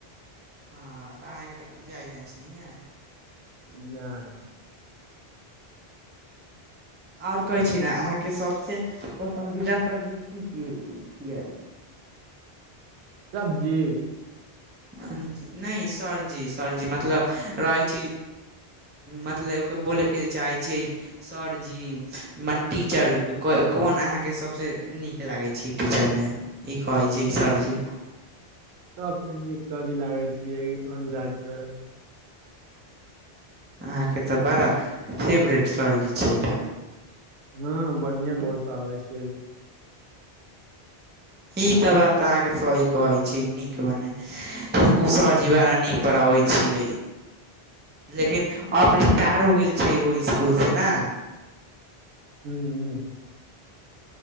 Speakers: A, on the right; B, on the right.
A: हँ तऽ अहाँके तऽ जाइ ने छी न
B: ना
A: आओर कहै छी ने अहाँके सभसँ पसन्दीदा सब्जी की की छियै
B: सब्जी
A: जे नहि सरजी सरजी मतलब रहै छी मतलब ओ बोलै के चाहे छियै सर जी मने टीचर कोन अहाँके सभसँ नीक लागै छियै टीचरमे ई कहै जे ईशर जे
B: सबस नीक सर जी लागल छियै अनुराग से
A: अहाँके त बड़ा फेवरेट सरजी छै
B: हाँ बढ़िआँ बहुत आबै छै
A: ई तऽबात त अहाँके सही कहै छी नीक मने ओ स जी वारा नीक पढ़बै छियै लेकिन अब रिटायर हो गेल छै ओहि स्कुल से ने
B: हूँ हूँ